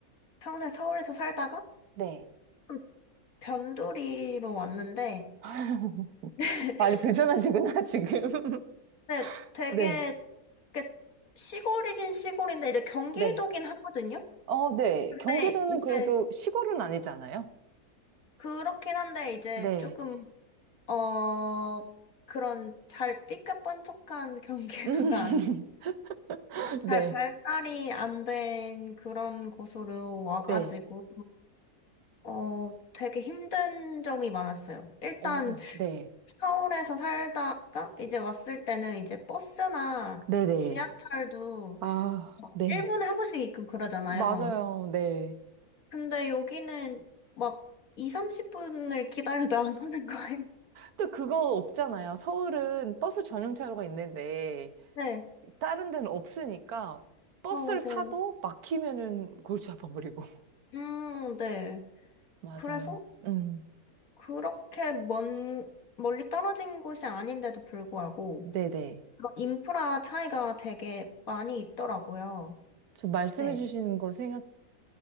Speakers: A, on the left; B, on the right.
A: 평생 서울에서 살다가,
B: 네.
A: 그 변두리로 왔는데,
B: <laughs>
A: <laughs>
B: 많이 불편하시구나, 지금. <laughs>
A: 네, 되게
B: 네.
A: 이렇게 시골이긴 시골인데 이제 경기도긴
B: 네.
A: 하거든요.
B: 어, 네.
A: 근데
B: 경기도는
A: 이제
B: 그래도 시골은 아니잖아요?
A: 그렇긴 한데 이제
B: 네.
A: 조금 어 그런 잘 삐까뻔쩍한 <laughs> 경기도가
B: 음,
A: 안,
B: <laughs> 네.
A: 잘 발달이 안 된 그런 곳으로 와가지고
B: 네.
A: 어 되게 힘든 점이 많았어요. 일단
B: 어, 네.
A: 서울에서 살다가 이제 왔을 때는 이제 버스나
B: 네네.
A: 지하철도
B: 아, 네.
A: 일 분에 한 번씩 있고 그러잖아요.
B: 맞아요. 네.
A: 근데 여기는 막 2, 30분을 기다려도 안 오는 거예요.
B: 또 그거 없잖아요. 서울은 버스 전용차로가 있는데
A: <laughs> 네.
B: 다른 데는 없으니까 버스를
A: 어, 맞아요.
B: 타도 막히면은 골치 아파 버리고. <laughs>
A: 음, 네.
B: 맞아요.
A: 그래서
B: 음.
A: 그렇게 먼, 멀리 떨어진 곳이 아닌데도 불구하고
B: 네네.
A: 그런 인프라 차이가 되게 많이 있더라고요.
B: 저 말씀해
A: 네.
B: 주시는 거 생각해